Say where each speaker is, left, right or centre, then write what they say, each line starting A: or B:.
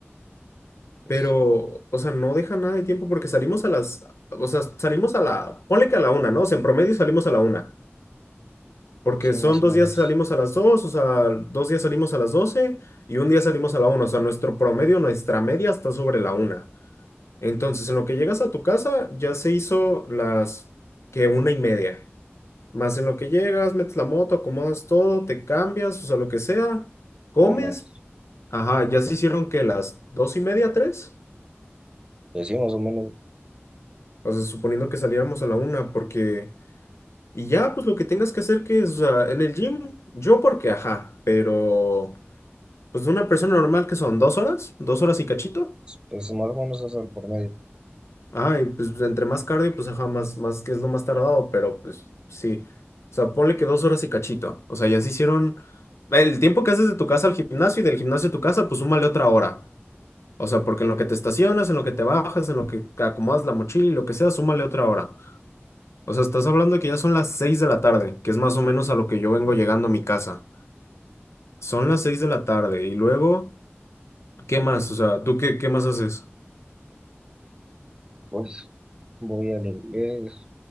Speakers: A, on the right; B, on the left.
A: pues,
B: pero, o sea, no deja nada de tiempo porque salimos a las, o sea, salimos a la, ponle que a la una, ¿no? O sea, en promedio salimos a la una. Porque
A: Sí,
B: son
A: más
B: dos
A: o menos
B: días salimos a las dos o sea, dos días salimos a las 12 y un día salimos a la una o sea, nuestro promedio, nuestra media está sobre la una Entonces, en lo que llegas a tu casa, ya se hizo las que una y media. Más en lo que llegas, metes la moto, acomodas todo, te cambias, o sea, lo que sea, comes.
A: comes.
B: Ajá, ya se hicieron que las dos y media, tres.
A: Pues sí, más o menos,
B: O sea, suponiendo que saliéramos a la una, porque. Y ya, pues lo que tengas que hacer que es, o sea, en el gym, yo porque, ajá, pero. Pues de una persona normal que son dos horas, dos horas y cachito.
A: pues más o menos es el por medio.
B: Ajá, y pues entre más cardio, pues ajá, más, más que es lo más tardado, pero pues sí. O sea, ponle que dos horas y cachito. O sea, ya se hicieron. El tiempo que haces de tu casa al gimnasio y del gimnasio a tu casa, pues súmale otra hora. O sea, porque en lo que te estacionas, en lo que te bajas, en lo que te acomodas la mochila y lo que sea, súmale otra hora. O sea, estás hablando que ya son las seis de la tarde, que es más o menos a lo que yo vengo llegando a mi casa. Son las seis de la tarde y luego, ¿qué más? O sea, ¿tú qué, qué más haces?
A: Pues voy al inglés,